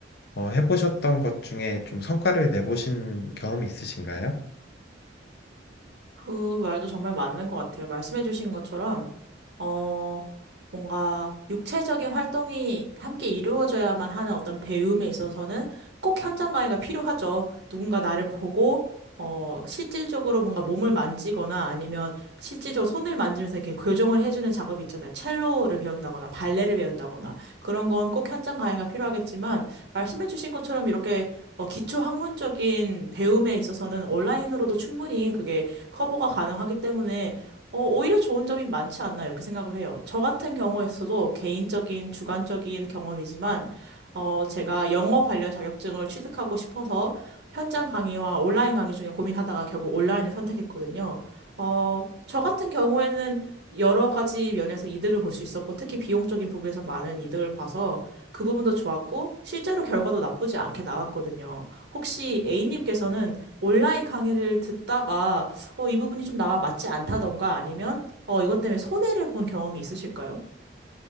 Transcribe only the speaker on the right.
그 말도 정말 맞는 것 같아요. 말씀해주신 것처럼, 어, 뭔가 육체적인 활동이 함께 이루어져야만 하는 어떤 배움에 있어서는 꼭 현장 강의가 필요하죠. 누군가 나를 보고, 어, 실질적으로 뭔가 몸을 만지거나 아니면 실질적으로 손을 만지면서 이렇게 교정을 해주는 작업이 있잖아요. 첼로를 배운다거나 발레를 배운다거나 그런 건 꼭 현장 강의가 필요하겠지만 말씀해주신 것처럼 이렇게 어, 기초 학문적인 배움에 있어서는 온라인으로도 충분히 그게 커버가 가능하기 때문에 어, 오히려 좋은 점이 많지 않나 이렇게 생각을 해요. 저 같은 경우에서도 개인적인 주관적인 경험이지만 어, 제가 영어 관련 자격증을 취득하고 싶어서 현장 강의와 온라인 강의 중에 고민하다가 결국 온라인을 선택했거든요. 어, 저 같은 경우에는 여러 가지 면에서 이득을 볼 수 있었고, 특히 비용적인 부분에서 많은 이득을 봐서 그 부분도 좋았고, 실제로 결과도 나쁘지 않게 나왔거든요. 혹시 A님께서는 온라인 강의를 듣다가 어, 이 부분이 좀 나와 맞지 않다던가 아니면 어, 이것 때문에 손해를 본 경험이 있으실까요?